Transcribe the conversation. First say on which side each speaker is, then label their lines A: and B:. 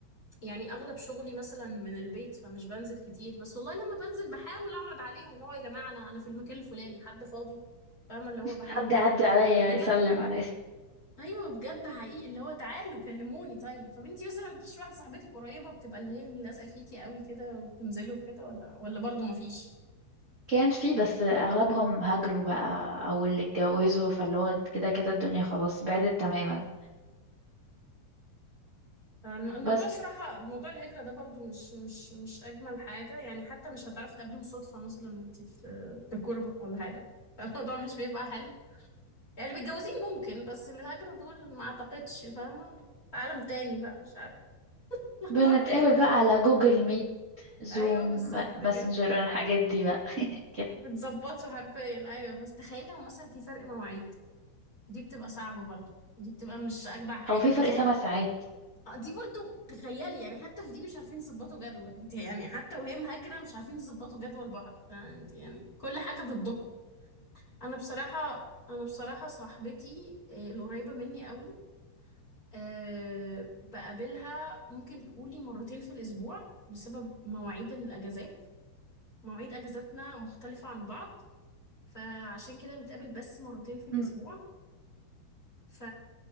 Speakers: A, on the left; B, on the right.
A: يعني اغلب شغلي مثلا من البيت فمش بنزل كتير بس والله لما بنزل بحاول اعرض عليهم اللي هو يا جماعة انا انا في المكان الفلاني حد فاضي فاهمة اللي هو بحاول
B: حد يعدي عليا
A: بجد
B: يسلم عليا
A: ايوه بجد حقيقي اللي هو تعالوا كلموني طيب طب انتي مثلا ما لكيش واحده صاحبتك قريبه بتبقى اللي هي اللي لازقه فيكي قوي كده وبتنزلوا كده ولا ولا برضو ما فيش
B: كان في بس اغلبهم هاجروا بقى او اللي اتجوزوا فاللي هو كده كده الدنيا خلاص بعدت تماما
A: فالم- الموضوع
B: بس
A: صراحه موضوع الهجره ده برضو مش مش مش اجمل حاجه يعني حتى مش هتعرفي تقابليهم صدفه مثلا وانتي في في الكربه ولا حاجه <laughs> فالموضوع مش بيبقى حلو يعني متجوزين ممكن بس اللي هاجروا دول ما اعتقدش فاهمه عالم تاني بقى مش عارفه <laughs> الموضوع
B: بنتقابل
A: غريب قوي
B: بقى على جوجل ميت زوم
A: ايوه بالظبط
B: ماسنجر
A: كده
B: الحاجات دي بقى كده
A: بتظبطه حرفيا ايوه بس تخيل لو مثلا في فرق مواعيد دي بتبقى صعبة برضو دي بتبقى مش أجدع حاجة
B: هو في
A: تخيل
B: فرق سبع ساعات
A: آه، دي برضو تخيلي يعني حتى في دي مش عارفين يظبطوا جدول انت يعني حتى وهي مهاجرة مش عارفين يظبطوا جدول بعض فانت يعني كل حاجة ضدكم أنا بصراحة أنا بصراحة صاحبتي آه، القريبة مني قوي آه، بقابلها ممكن تقولي مرتين في الأسبوع بسبب مواعيد الأجازات مواعيد أجازاتنا مختلفة عن بعض فعشان كده نتقابل بس مرتين في الأسبوع
B: امم
A: ف...